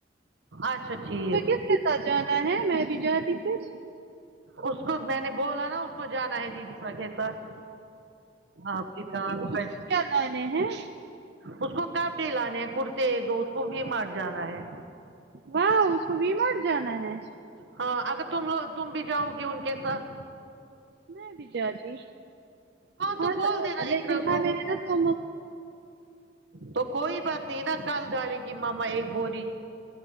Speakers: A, on the right; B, on the right.
A: اچھا ٹھیک
B: پھر کس کس ساتھ جانا ہے میں بھی جاتی پھر
A: اس کو میں نے بولا نا اس کو جانا ہے دیدی سا کے ساتھ آپ کی کان
B: اس
A: پر
B: کی کیا لانے ہیں
A: اس کو کپڑے لانے ہیں کرتے تو اس کو بھی مارٹ جانا ہے
B: واہ اس کو بھی وی مارٹ جانا ہے
A: ہاں اگر تم لو تم بھی جاؤ گی ان کے ساتھ
B: میں بھی جاتی ہاں
A: تو بول
B: ہتا
A: دینا
B: لیکن
A: اقرا
B: ہمیں
A: کو
B: نا تو
A: تو کوئی بات نہیں نا کال دوالی کی ماما ایک بوری